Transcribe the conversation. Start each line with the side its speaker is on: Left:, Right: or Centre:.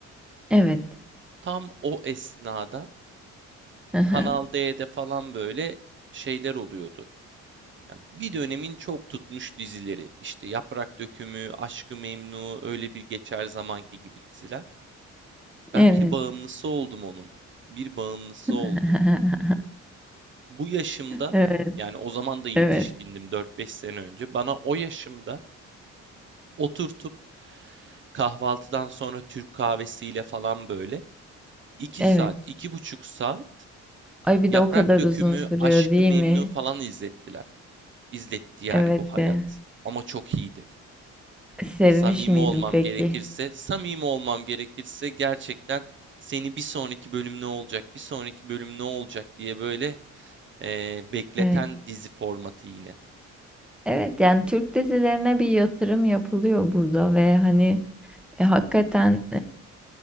Centre: Evet.
Right: Tam o esnada
Centre: Hı hı.
Right: Kanal D'de falan böyle şeyler oluyordu. Yani bir dönemin çok tutmuş dizileri. İşte Yaprak Dökümü, Aşk-ı Memnu, öyle bir geçer zamanki gibi diziler. Ben
Centre: Evet.
Right: bir bağımlısı oldum onun. Bir bağımlısı
Centre: <laughs>
Right: oldum. Bu yaşımda
Centre: Evet,
Right: yani o zaman da yetişkindim
Centre: evet,
Right: 4-5 sene önce. Bana o yaşımda oturtup Kahvaltıdan sonra Türk kahvesiyle falan böyle. iki
Centre: evet.
Right: saat, iki buçuk saat
Centre: Ay bir
Right: Yaprak
Centre: de o kadar
Right: Dökümü,
Centre: uzun sürüyor
Right: Aşkı
Centre: değil
Right: Memnu
Centre: mi?
Right: falan izlettiler. İzletti yani
Centre: Evet
Right: bu hayat.
Centre: de.
Right: Ama çok iyiydi.
Centre: Sevmiş
Right: Samimi
Centre: miydim
Right: olmam
Centre: peki?
Right: gerekirse, samimi olmam gerekirse gerçekten seni bir sonraki bölüm ne olacak, bir sonraki bölüm ne olacak diye böyle eee, bekleten
Centre: Evet.
Right: dizi formatı yine.
Centre: Evet yani Türk dizilerine bir yatırım yapılıyor burada ve hani e, hakikaten